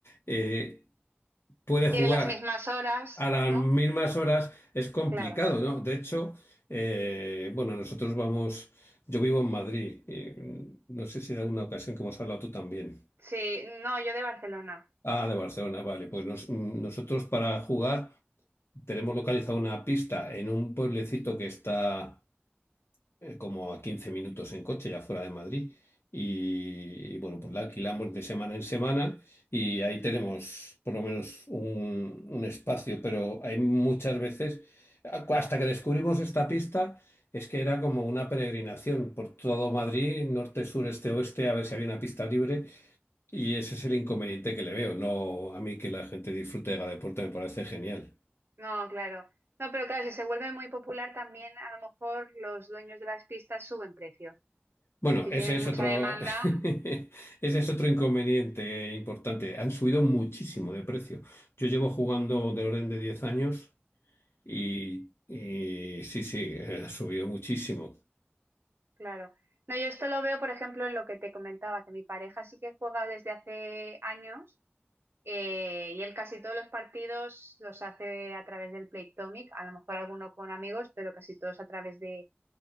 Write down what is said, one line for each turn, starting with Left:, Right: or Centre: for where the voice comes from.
Left: eh, puede
Right: quiere
Left: jugar.
Right: las mismas horas,
Left: a las
Right: ¿no?
Left: mismas horas es complicado,
Right: Claro.
Left: ¿no? De hecho, eh, bueno, nosotros vamos, yo vivo en Madrid, eh, no sé si de alguna ocasión que hemos hablado tú también.
Right: Sí, no, yo de Barcelona.
Left: Ah, de Barcelona, vale, pues nos- mm, nosotros para jugar tenemos localizada una pista en un pueblecito que está eh, como a 15 minutos en coche, ya fuera de Madrid. Y, y, bueno, pues la alquilamos de semana en semana y ahí tenemos por lo menos un, un espacio, pero hay muchas veces, hasta que descubrimos esta pista, es que era como una peregrinación por todo Madrid, norte, sur, este, oeste, a ver si había una pista libre. Y ese es el inconveniente que le veo, no a mí que la gente disfrute de cada deporte me parece genial.
Right: No, claro. No, pero claro, si se vuelve muy popular también, a lo mejor los dueños de las pistas suben precios.
Left: Bueno,
Right: Si
Left: ese
Right: tienen
Left: es
Right: mucha
Left: otro,
Right: demanda,
Left: <laughs> ese es otro inconveniente importante. Han subido muchísimo de precio. Yo llevo jugando del orden de 10 años y, y sí, sí, eh, ha subido muchísimo.
Right: claro. No, yo esto lo veo, por ejemplo, en lo que te comentaba, que mi pareja sí que juega desde hace años Eh, y él casi todos los partidos los hace a través del Playtomic, a lo mejor alguno con amigos, pero casi todos a través de,